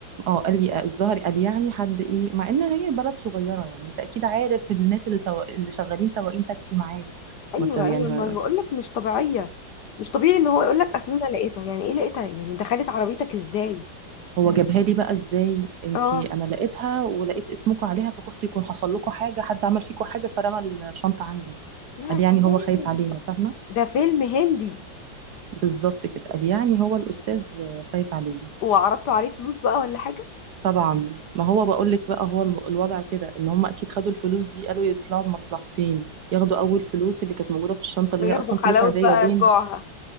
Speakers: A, on the right; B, on the left.
A: اه قال لي الظهر قال يعني حد ايه مع ان هي بلد صغيره يعني انت اكيد عارف الناس اللي سوا... اللي شغالين سواقين تاكسي معاك
B: ايوه
A: ما انت يعني
B: ايوه
A: ما...
B: ما انا بقول لك مش طبيعيه مش طبيعي ان هو يقول لك اصل انا لقيتها يعني ايه لقيتها يعني دخلت عربيتك ازاي
A: هو جابها لي بقى ازاي انتي
B: اه
A: انا لقيتها ولقيت اسمكم عليها فخفت يكون حصل لكم حاجه حد عمل فيكم حاجه فرمى الشنطه عندي
B: يا
A: قال
B: سلام
A: يعني هو خايف علينا فاهمه
B: ده فيلم هندي
A: بالظبط كده قال يعني هو الاستاذ خايف علينا
B: وعرضتوا عليه فلوس بقى ولا حاجة
A: طبعا ما هو بقول لك بقى هو الم- الوضع كده ان هم اكيد خدوا الفلوس دي قالوا يطلعوا بمصلحتين ياخدوا اول فلوس اللي كانت موجوده في الشنطه اللي
B: وياخدوا
A: هي اصلا فلوس
B: حلاوة
A: عاديه
B: بقى
A: وباين
B: رجوعها